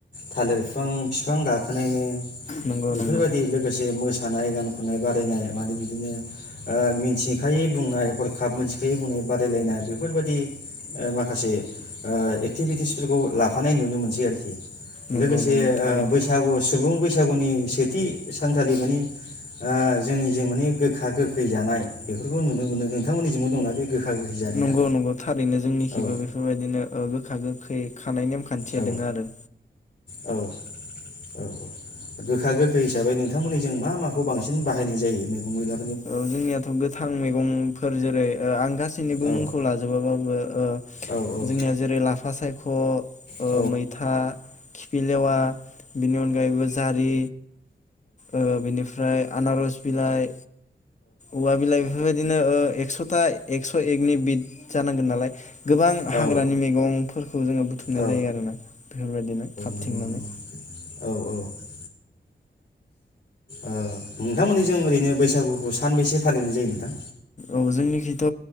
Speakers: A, on the left; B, on the left.
A: थालिर बिफां बिफां गाखोनायनो
B: नंगौ
A: बेफोरबायदि
B: नंगौ
A: लोगोसे मो सानाय गान खननाय बादायनाय मानि बिदिनो ओ मिन्थिखायै बुंनाय हरखाब मोनथिखायै बुंनाय बादायलायनाय बेफोरबायाददि ओ माखासे ओ एक्टिभिटिसफोरखौ लाफानाय नुनो मोनसै आरोखि।
B: नंगौ
A: <unintelligible> ओ
B: नंगौ थारैनो
A: बैसागु सुबुं बैसागु सौनि सेथि सानखालि मानि आ जोंनिजों माने गोखा गोखै जानाय बेफोरखौ नुनो मोनो। नोंथांमोननिजोंबो दं ना? बे गोखा गोखै जानाया
B: नंगौ नंगौ थारैनो जोंनिखिबो
A: औ
B: बेफोरबायदिनो ओ गोखा गो खै खानाय नेमखान्थिया
A: औ
B: दोङो आरो
A: औ औ औ गोखा गोखै हिसाबै नोंथांमोननि जों मा माखौ बांसिन बाहायनाय जायो मैगं मैला
B: औ जोंनियाथ' गोथां मैगं फैयो जेरै ओ आं गा सैनिबो
A: औ
B: मुंखौ लाजोबा बाबो ओ
A: औ औ
B: जोंनिया जेरै लाफा साय ख' ओ
A: औ
B: मैथा खिफिलेवा बेनि अनगायैबो जारि ओ बेनिफ्राय आनारस बिलाइ औवा बिलाइ बेफोरबायदिनो ओ एक्स'था एकस' एकनि बिद जानांगोन नालाय गोबां
A: औ
B: हाग्रानि मैगंफोरखौ जोङो बुथुमनाय
A: औ
B: जायो आरो ना बेफोरबायदिनो खाबथिंनानै
A: नंगौ नंगौ औ औ ओ नोंथांमोननिजों ओरैनो बैसागुखौ सानबेसे फालिनाय जायो नोंथां?
B: औ जोंनिखैथ'